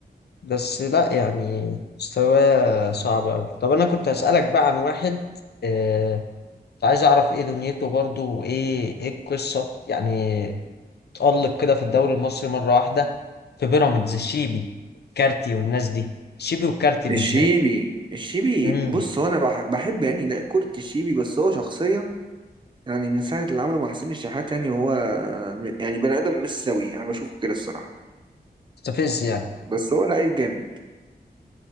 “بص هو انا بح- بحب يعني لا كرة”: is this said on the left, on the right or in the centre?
Right